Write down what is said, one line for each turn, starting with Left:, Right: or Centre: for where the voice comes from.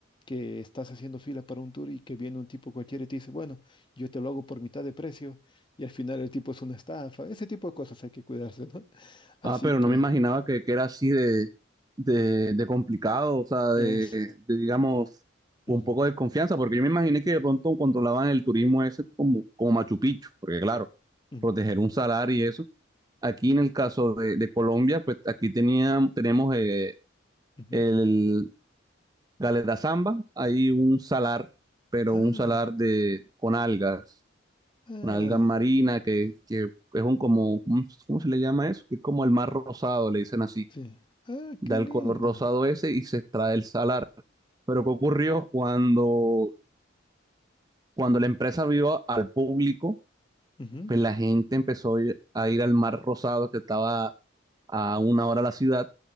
Left: que estás haciendo fila para un tour y que viene un tipo cualquiera y te dice, bueno, yo te lo hago por mitad de precio y al final el tipo es una estafa. Ese tipo de cosas hay que cuidarse, ¿no? <laughs> Así
Right: Ah, pero
Left: que
Right: no me imaginaba que, que era así de, de, de complicado, o sea, de,
Left: es...
Right: de, digamos, un
Left: mm,
Right: poco de confianza, porque yo me imaginé que de pronto controlaban el turismo ese como, como Machu Picchu, porque claro,
Left: mm,
Right: proteger un salar y eso. Aquí en el caso de, de Colombia, pues aquí tenían, tenemos eh,
Left: ujú.
Right: el, Galeta Zamba, hay un salar, pero
Left: Ah,
Right: un salar de, con algas,
Left: ah,
Right: con algas marinas, que, que es un como, un- ¿cómo se le llama eso? Que es como el mar rosado, le dicen así.
Left: sí. Ah,
Right: Da
Left: qué
Right: el
Left: lindo.
Right: color rosado ese y se extrae el salar. Pero ¿qué ocurrió cuando, cuando la empresa vio al público?
Left: Ujú,
Right: pues la gente empezó a ir a ir al Mar Rosado que estaba a una hora de la ciudad